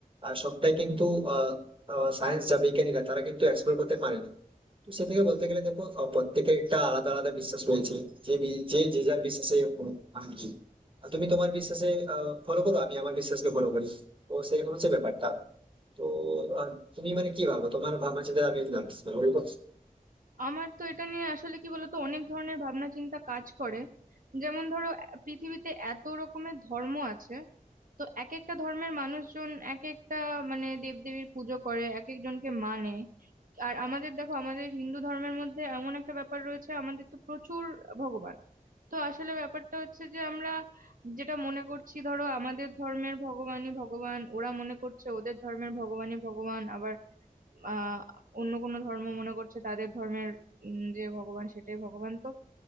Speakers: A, on the right; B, on the right.
A: আর সবটাই কিন্তু আহ সায়েন্স যা বিজ্ঞানীরা তারা কিন্তু এক্সপ্লোর করতে পারেনি সেদিকে বলতে গেলে দেখো আহ, প্রত্যেকের একটা আলাদা আলাদা বিশ্বাস রয়েছে যে বি- যে যে যার বিশ্বাসে উম, আমি কি আর তুমি তোমার বিশ্বাসে ফলো করো আমি আমার বিশ্বাসকে ফলো করি তো সেরকম হচ্ছে ব্যাপারটা তো আহ, তুমি মানে কি ভাবো তোমার ভাবনা চিন্তা আমি জানতে চাই, বলো তো।
B: আমার তো এটা নিয়ে আসলে কি বলতো অনেক ধরনের ভাবনা চিন্তা কাজ করে যেমন ধরো আহ, পৃথিবীতে এত রকমের ধর্ম আছে তো এক একটা ধর্মের মানুষজন এক একটা মানে দেবদেবীর পুজো করে এক একজনকে মানে আর আমাদের দেখো আমাদের হিন্দু ধর্মের মধ্যে এমন একটা ব্যাপার রয়েছে আমাদের তো প্রচুর ভগবান তো আসলে ব্যাপারটা হচ্ছে যে আমরা যেটা মনে করছি ধরো আমাদের ধর্মের ভগবানই ভগবান ওরা মনে করছে ওদের ধর্মের ভগবানই ভগবান আবার আহ অন্য কোনো ধর্ম মনে করছে তাদের ধর্মের উম যে ভগবান সেটাই ভগবান তো